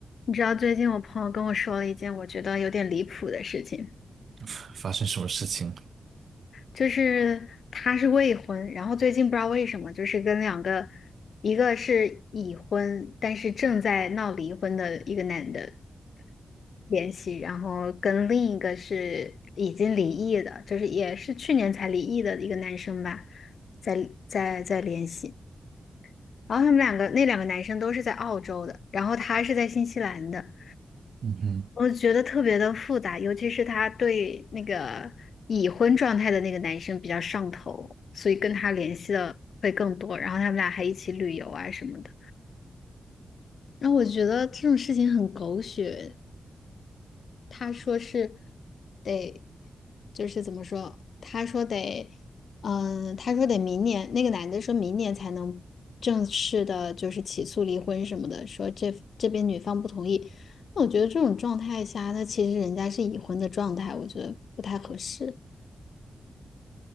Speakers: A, on the left; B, on the right.
A: 你知道最近我朋友跟我说了一件我觉得有点离谱的事情，
B: <laughs> 发生什么事情？
A: 就是他是未婚，然后最近不知道为什么，就是跟两个，一个是已婚，但是正在闹离婚的一个男的联系，然后跟另一个是已经离异的，就是也是去年才离异的一个男生吧，在在在联系。然后他们两个那两个男生都是在澳洲的，然后他是在新西兰的，
B: 嗯哼，
A: 我觉得特别的复杂，尤其是他对那个已婚状态的那个男生比较上头，所以跟他联系的会更多，然后他们俩还一起旅游啊什么的。然后我觉得这种事情很狗血，他说是得，就是怎么说？他说得，嗯，他说得明年，那个男的说明年才能正式的，就是起诉离婚什么的，说这这边女方不同意。那我觉得这种状态下，那其实人家是已婚的状态，我觉得不太合适。